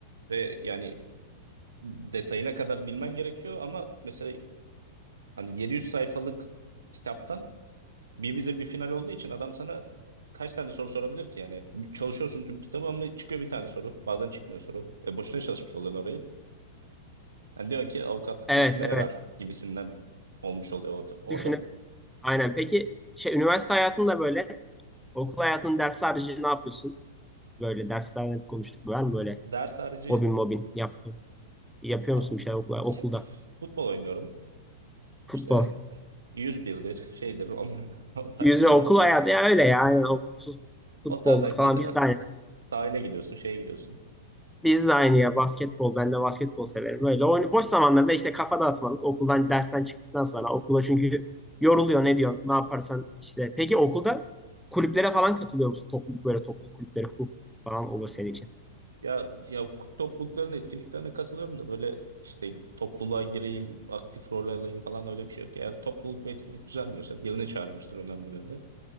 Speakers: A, on the right; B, in the centre.
A: Ve yani detayına kadar bilmen gerekiyor ama mesela hani 700 sayfalık kitaptan bir vize bir final olduğu için adam sana kaç tane soru sorabilir ki yani çalışıyorsun tüm kitabı ama çıkıyor bir tane soru bazen çıkmıyor soru ve boşuna çalışmış oluyorsun Yani diyorsun ki avukatlıkta
B: Evet,
A: işime
B: evet.
A: yarar gibisinden olmuş oluyor orada. orada.
B: Düşünün. Aynen. Peki şey, üniversite hayatında böyle okul hayatının dersi harici ne yapıyorsun? Böyle derslerden konuştuk. Var mı böyle
A: Ders harici
B: hobin mobin yaptın? Yapıyor
A: a-
B: musun bir şeyler okula, okulda?
A: ya, f- futbol oynuyorum.
B: Futbol.
A: İşte yüz birdir şeydir onlar, <laughs> o tarz
B: Yüzme
A: üniversite.
B: okul hayatı ya öyle ya. Aynen okulsuz
A: O
B: futboldur
A: tarz aktiviteler.
B: falan biz
A: S-
B: de aynı.
A: Sahile gidiyorsun, şeye gidiyorsun.
B: Biz de aynı ya basketbol. Ben de basketbol severim. Öyle oyun boş zamanlarda işte kafa dağıtmalık. Okuldan dersten çıktıktan sonra okula çünkü yoruluyor ne diyorsun ne yaparsan işte. Peki okulda kulüplere falan katılıyor musun? Topluluk böyle topluluk kulüpleri hukuk falan olur senin için.
A: Ya, ya toplulukların etkinliklerine katılıyorum da böyle işte topluluğa gireyim, aktif rol alayım falan öyle bir şey yok. Eğer topluluk bir etkinlik düzenliyorsa birini çağırmıştır önemli birini.